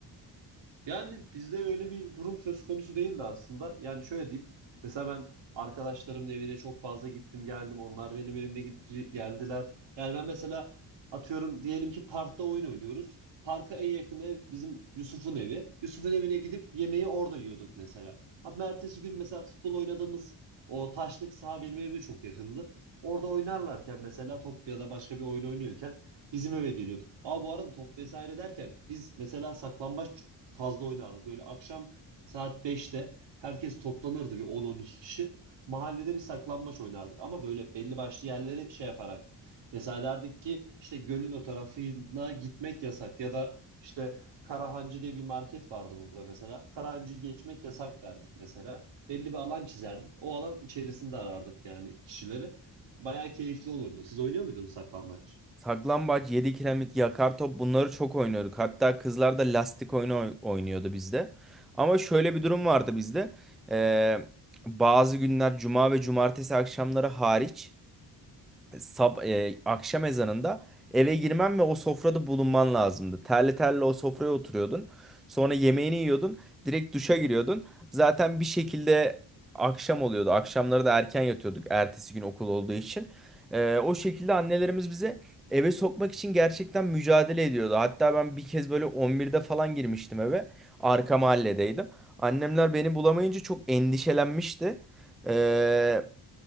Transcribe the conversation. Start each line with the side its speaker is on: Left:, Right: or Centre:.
Right: Yani bizde öyle bir durum söz konusu değildi aslında. Yani şöyle diyeyim. Mesela ben arkadaşlarımın evine çok fazla gittim geldim. Onlar benim evime gitti, geldiler. Yani ben mesela atıyorum diyelim ki parkta oyun oynuyoruz. Parka en yakın ev bizim Yusuf'un evi. Yusuf'un evine gidip yemeği orada yiyorduk mesela. Ama ertesi gün mesela futbol oynadığımız o taşlık saha benim evime çok yakındı. Orada oynarlarken mesela top ya da başka bir oyun oynuyorken bizim eve geliyorduk. Ama bu arada top vesaire derken biz mesela saklambaç fazla oynardı. Böyle akşam saat beşte herkes toplanırdı bir on on iki kişi. Mahallede bir saklambaç oynardık ama böyle belli başlı yerleri şey yaparak. Mesela derdik ki işte gölün o tarafına gitmek yasak ya da işte Karahancı diye bir market vardı burada mesela. Karahancı'yı geçmek yasak derdik mesela. Belli bir alan çizerdik. O alan içerisinde arardık yani kişileri. Bayağı keyifli olurdu. Siz oynuyor muydunuz saklambaç?
Centre: Saklambaç, 7 kiremit, yakar top bunları çok oynuyorduk. Hatta kızlar da lastik oyunu oy- oynuyordu bizde. Ama şöyle bir durum vardı bizde. Ee, bazı günler cuma ve cumartesi akşamları hariç sab e, akşam ezanında eve girmen ve o sofrada bulunman lazımdı. Terli terli o sofraya oturuyordun. Sonra yemeğini yiyordun. Direkt duşa giriyordun. Zaten bir şekilde akşam oluyordu. Akşamları da erken yatıyorduk. Ertesi gün okul olduğu için. E, o şekilde annelerimiz bize eve sokmak için gerçekten mücadele ediyordu. Hatta ben bir kez böyle 11'de falan girmiştim eve. Arka mahalledeydim. Annemler beni bulamayınca çok endişelenmişti. E,